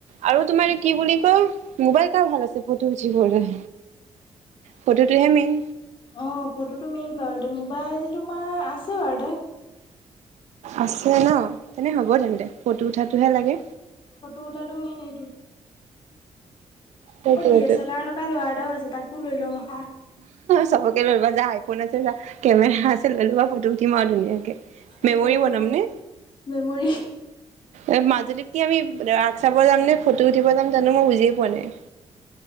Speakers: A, on the right; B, on the left.
A: আৰু তোমাৰ কি বুলি কয়, মোবাইল কাৰ ভাল আছে ফটো উঠিবলৈ।
B: <inaudible>
A: ফটোটোহে মেইন।
B: অঁ ফটো টো মেইন বাৰু দে মোবাইল তোমাৰ আছে বাৰু তে
A: আছে ন'? তেনে হ'ব তেন্তে, ফটো উঠাটুহে লাগে।
B: ফটো উঠাটো মেইন নেকি?
A: সেইটোৱেটো
B: অ ডি এ চেলাৰ থক- কা ল'ৰা এটাও আছে তাকো লৈ লওঁ হাঁ।
A: চবকে লৈবা যা আইফোন আছে যা, কেমেৰা আছে লৈ লৱা ফটো উঠিম আও ধুনীয়াকে।
B: সঁচাকে
A: মেমৰি বনাম
B: অ
A: নে?
B: মেমৰি
A: এ মাজুলীত কি আমি ৰাশ চাব যাম নে ফটো উঠিব যাম জানু মই বুজিয়ে পোৱা নাই?